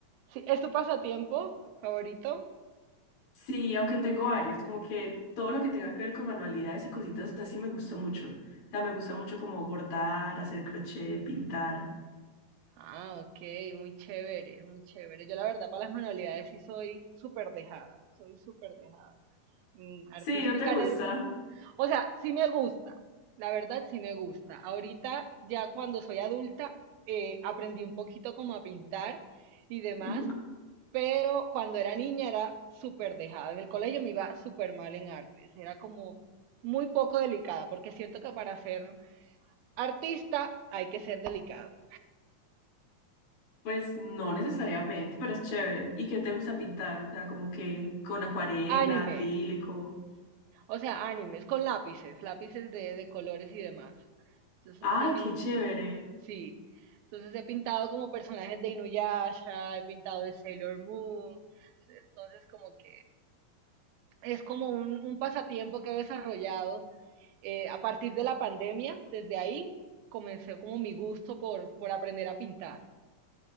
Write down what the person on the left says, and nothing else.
Sí, aunque tengo varios, como que todo lo que tenga que ver con manualidades y cositas así me gusta mucho. O sea, me gusta mucho como bordar, hacer crochet, pintar.
Sí, ¿no te gusta?
Ujú.
Pues no necesariamente, pero es chévere. ¿Y qué te gusta pintar? O sea, como que con acuarela,
acrílico.
Ay,
qué chévere.